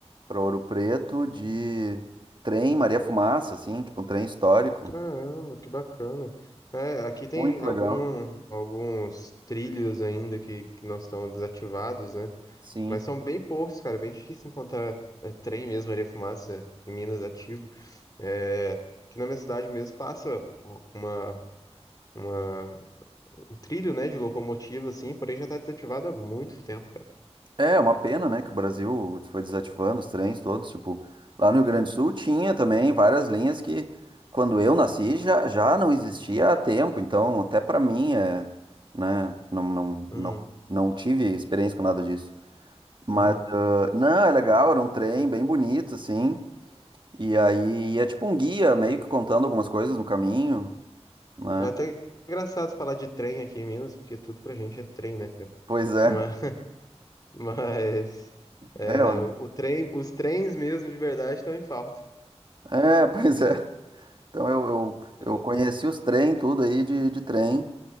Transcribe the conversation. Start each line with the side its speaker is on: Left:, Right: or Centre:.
Right: para Ouro Preto de trem Maria Fumaça, assim, tipo, um trem histórico.
Left: Caramba, que bacana. É, aqui tem
Right: Muito
Left: algum,
Right: legal.
Left: alguns trilhos ainda que, que não estão desativados, né?
Right: Sim.
Left: Mas são bem poucos, cara. Bem difícil encontrar é, trem mesmo, areia fumaça em Minas ativo. É, aqui na minha cidade mesmo passa uma, uma- um trilho, né, de locomotiva, assim, porém já tá desativado há muito tempo, cara.
Right: É é uma pena, né, que o Brasil foi desativando os trens todos, tipo, lá no Rio Grande do Sul tinha também várias linhas que quando eu nasci já, já não existia há tempo, então até pra mim é, né, não, não,
Left: Uhum,
Right: não, não tive experiência com nada disso. Mas
Left: uhum.
Right: ah, não, é legal, era um trem bem bonito assim. E aí é tipo um guia meio que contando algumas coisas no caminho, né?
Left: É até engraçado falar de trem aqui em Minas, porque tudo pra gente é trem, né, cara?
Right: Pois é.
Left: Mas, <laughs> mas é,
Right: É, eu-
Left: o, o trem, os trens mesmo de verdade estão em falta.
Right: é, <laughs> pois é. Então eu, eu,
Left: Exato.
Right: eu conheci os trem tudo aí de, de trem.